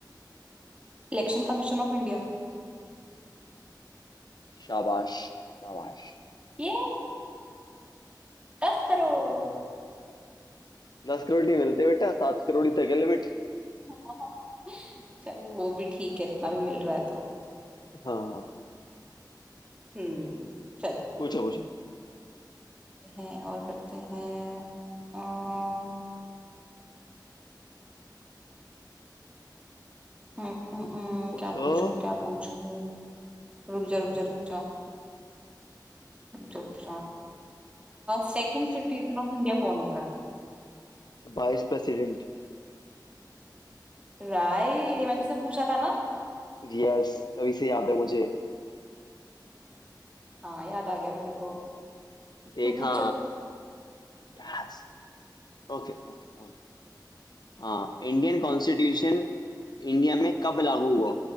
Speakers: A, on the right; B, on the left.
A: Election commission of India
B: शाबाश शाबाश
A: ये दस करोड़
B: हम्म, दस करोड़ नहीं मिलते बेटा सात करोड़ ही तक है लिमिट
A: <laughs> चल वो भी ठीक है इतना भी मिल रहा है तो
B: हाँ
A: हम्म चल
B: पूछो पूछो
A: हैं और करते हैं अ, हम्म, हम्म, हम्म,
B: पूछो
A: क्या पूछूं क्या पूछूं रुक जा रुक जा रुक जा रुक जा रुक जा सेकंड सिटीजन ऑफ इंडिया कौन होता
B: Vice president
A: है राय ये मैंने तुझसे पूछा था ना
B: यस तभी से याद है मुझे
A: हाँ याद आ गया मेरे को
B: देखा
A: तू पूछ चल
B: यस Okay okay okay हाँ इंडियन कॉन्स्टिट्यूशन इंडिया में कब लागू हुआ